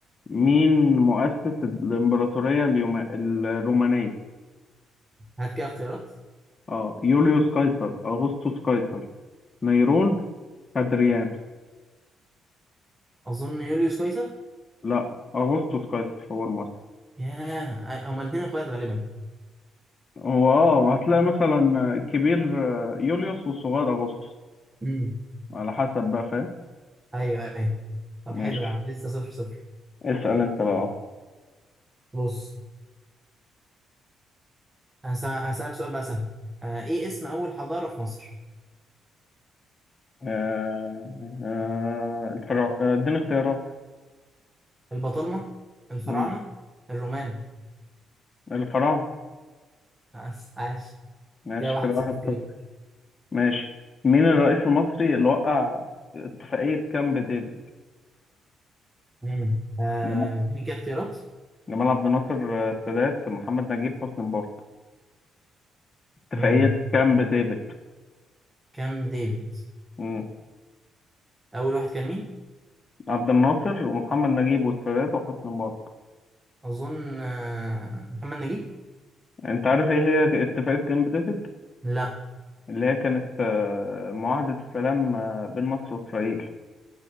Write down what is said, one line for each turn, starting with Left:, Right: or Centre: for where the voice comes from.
Left: مين مؤسس الإمبراطورية اليوما- الرومانية
Right: هات كده اختيارات
Left: اه يوليوس قيصر أغسطس قيصر نيرون أدريان
Right: أظن يوليوس قيصر
Left: لا أغسطس قيصر هو المؤسس
Right: ياه هما الاتنين إخوات غالبا
Left: هو اه هتلاقي مثلا الكبير آه، يوليوس والصغير أغسطس
Right: امم
Left: على حسب بقى فاهم
Right: أيوه أيوه طب
Left: ماشي
Right: حلو يا عم لسه صفر صفر
Left: اسأل انت بقى
Right: بص هس- هسألك سؤال بقى سهل آه، إيه اسم أول حضارة في مصر؟
Left: آه آه الفراعنة آه اديني اختيارات
Right: البطالمة الفراعنة
Left: مم.
Right: الرومان
Left: الفراعنة
Right: بس عاش
Left: ماشي
Right: كده واحد
Left: كده واحد
Right: صفر
Left: صفر
Right: ليك
Left: ماشي مين الرئيس المصري اللي وقع اتفاقية كامب ديفيد
Right: مم. آه،
Left: جمال
Right: اديني كده اختيارات
Left: جمال عبد الناصر آه، السادات محمد نجيب حسني مبارك اتفاقية
Right: امم
Left: كامب ديفيد
Right: كام ديفيد
Left: مم.
Right: اول واحد كان مين
Left: عبد الناصر ومحمد نجيب والسادات وحسني مبارك
Right: اظن آه، محمد نجيب
Left: انت عارف ايه هي اتفاقية كامب ديفيد
Right: لا
Left: اللي هي كانت آه، معاهدة السلام آه، بين مصر وإسرائيل